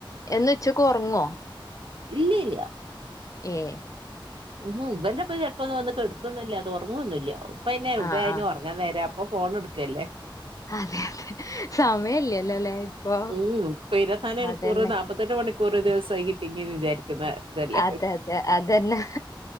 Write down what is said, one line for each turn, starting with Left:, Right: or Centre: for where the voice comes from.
Left: എന്നുംച്ചക്ക് ഒർങ്ങോ
Right: ഇല്ല്യല്ല
Left: ഏഹ്
Right: ഉം ഇവന്റൊപ്പം ചെൽപ്പൊന്ന് വന്ന്കെട്ക്കൊന്നുല്ല തൊർങ്ങൊന്നുല്ല പ്പൊ അയ്ന് എവ്ടെ
Left: ആ
Right: അയ്നൊർങ്ങാനേരം
Left: ആ
Right: അപ്പൊ ഫോണെട്ക്കല്ലേ.
Left: അതെ. സമയല്ലല്ലോല്ലേ ഇപ്പൊ.
Right: ഉംഇപ്പ ഇരത്ത്നാല് മണിക്കൂർ
Left: അതന്നെ.
Right: നാ മുപ്പത്തെട്ട് മണിക്കൂർ ഒരു ദിവസായി കിട്ടീക് വിചാരിക്കുന്ന ഇതല്ലേ
Left: അതെതെ അതന്നെ